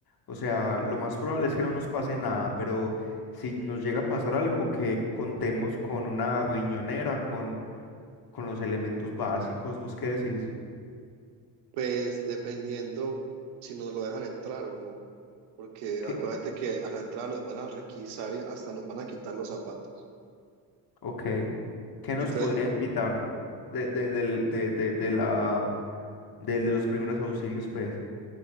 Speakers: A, on the left; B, on the right.
A: O sea, lo más probable es que no nos pase nada, pero si nos llega a pasar algo, que contemos con una riñonera, con, con los elementos básicos. ¿Vos qué decís?
B: Pues dependiendo si nos lo dejan entrar o no. porque
A: ¿Qué-
B: acuérdate que a la entrada nos van a requisar y hasta nos van a quitar los zapatos.
A: Ok. ¿Qué nos
B: Entonces,
A: podrían quitar de, de, del- de- de- de la, del- de los primeros auxilios, pues?